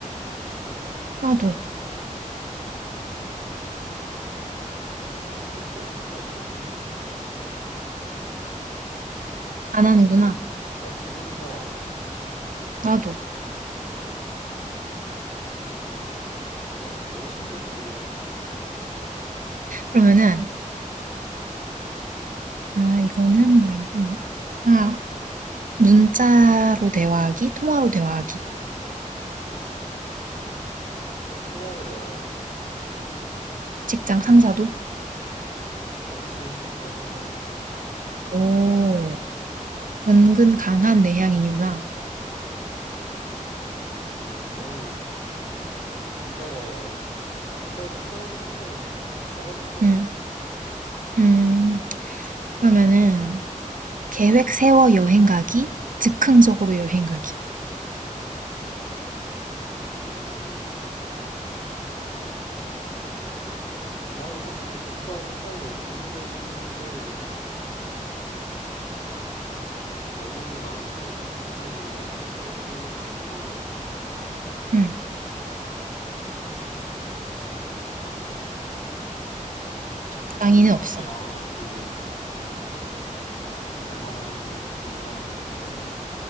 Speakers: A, on the right; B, on the left.
A: 나도
B: SNS는 없어도 돼.
A: 안 하는구나.
B: 난 지, 난 지금도 잘 안 해.
A: 나도.
B: 그래, 너무 쉽네, 이거는.
A: 그러면은, 아, 이거는 말고, 아, 문자로 대화하기, 통화로 대화하기.
B: 통화로 대화하기.
A: 직장 상사도.
B: 그렇지, 직장 상사도.
A: 오, 은근 강한 내향인 이유가.
B: 음, 나는 문자가, 아, 문자도 편하긴 한데, 전화도 편해서.
A: 음, 음, 그러면은, 계획 세워 여행 가기, 즉흥적으로 여행 가기.
B: 음, 나는 사실 둘 다 상관이 없, 없는 것 같기는 한데, 너무 나는 너무 구체적으로 계획 세우지는 않고
A: 음,
B: 그냥 적당히
A: 적당히는
B: 맛집
A: 없어.
B: 몇 개 적당해야지. 알아놓고 뭐 갈 만한 곳 몇 군데 알아놓고